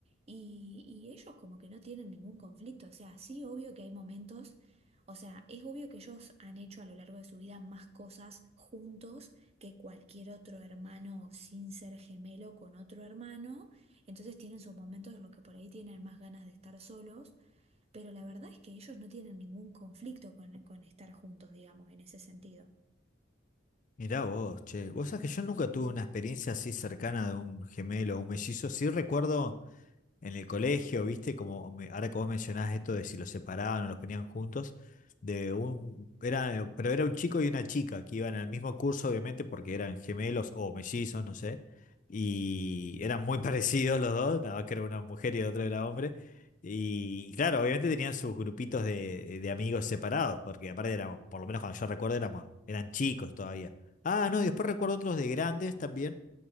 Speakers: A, on the right (about 30°); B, on the left (about 40°).
A: Y, y ellos como que no tienen ningún conflicto, o sea, sí, obvio que hay momentos o sea, es obvio que ellos han hecho a lo largo de su vida más cosas juntos que cualquier otro hermano sin ser gemelo con otro hermano. Entonces tienen sus momentos en los que por ahí tienen más ganas de estar solos, pero la verdad es que ellos no tienen ningún conflicto con, con estar juntos, digamos, en ese sentido.
B: Mirá vos, che, vos sabés que yo nunca tuve una experiencia así cercana de un gemelo o un mellizo. Sí recuerdo. en el colegio, ¿viste? Como me- ahora que vos mencionás esto de si los separaban o los ponían juntos, de un, era, pero era un chico y una chica que iban al mismo curso, obviamente, porque eran gemelos o mellizos, no sé, y eran muy <laughs> parecidos los dos, nada más que era una mujer y el otro era hombre. Y claro, obviamente tenían sus grupitos de, de amigos separados, porque aparte éramos, por lo menos cuando yo recuerdo, éramos, eran chicos todavía. Ah, no, y después recuerdo otros de grandes también